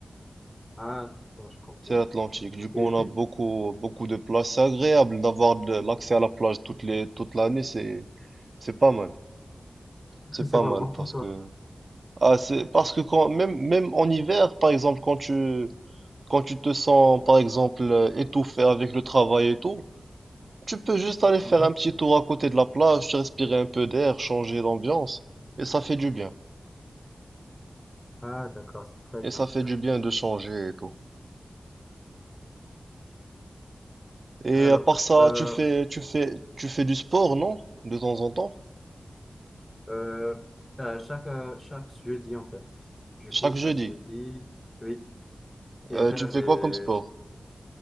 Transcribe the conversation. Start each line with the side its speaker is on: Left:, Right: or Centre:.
Left: Ah, bon, je comprends.
Right: C'est l'Atlantique. Du coup,
Left: Et le
Right: on
Left: pi-
Right: a beaucoup, beaucoup de plages. C'est agréable d'avoir de l'accès à la plage toutes les, toute l'année. C'est, c'est pas mal.
Left: <laughs>
Right: C'est
Left: c'est
Right: pas
Left: pas
Right: mal
Left: bon pour
Right: parce
Left: toi.
Right: que, ah, c'est parce que quand, même, même en hiver, par exemple, quand tu, quand tu te sens, par exemple, euh, étouffé avec le travail et tout, tu peux juste aller faire
Left: Mhm.
Right: un petit tour à côté de la plage, respirer un peu d'air, changer d'ambiance. Et ça fait du bien.
Left: Ah, d'accord, c'est très
Right: Et
Left: bien.
Right: ça fait du bien de changer et tout. Et
Left: Alors,
Right: à part ça,
Left: euh,
Right: tu fais, tu fais, tu fais du sport, non? De temps en temps?
Left: euh, euh, chaque, euh, chaque jeudi, en fait, du
Right: Chaque
Left: coup, chaque
Right: jeudi.
Left: jeudi, oui, et
Right: Euh,
Left: faire
Right: tu fais
Left: des
Right: quoi comme sport?